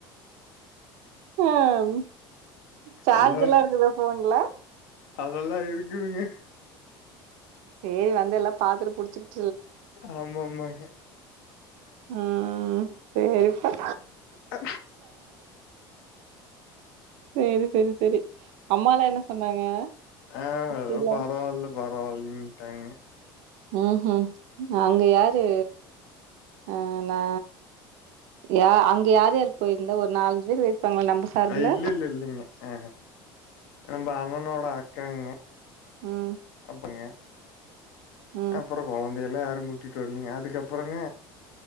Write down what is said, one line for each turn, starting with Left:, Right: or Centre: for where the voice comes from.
Right: ஆம் சார்ஜ்
Left: அதெல்லா
Right: எல்லா இருக்குதா ஃபோன்ல
Left: அதெல்லா இருக்கிதுங்க
Right: சேரி வந்து எல்லா பாத்துட்டு புடிச்சிட்
Left: ஆமா ஆமாங்க
Right: ம் சேரிப்ப
Left: அ
Right: சேரி செரி செரி அம்மால என்ன சொன்னாங்க
Left: ஆ
Right: சித்திலா
Left: ஏதோ பரவால்ல பரவாயில்லன்ட்டாங்க
Right: ம்ஹு அங்க யாரு அ நா யா அங்க யார் யார் போயிருந்தா ஒரு நாலஞ்சு பேர் போயிருப்பாங்கள நம்ம சார்புல?
Left: அ இல்ல இல்ல இல்லைங்க அ நம்ம அண்ணனோட அக்காங்க
Right: ம்
Left: அப்பங்க
Right: ம்
Left: அப்புற குழந்தையல்லா யாரும் கூட்டிட்டு வரலீங்க அதுக்கப்புறங்க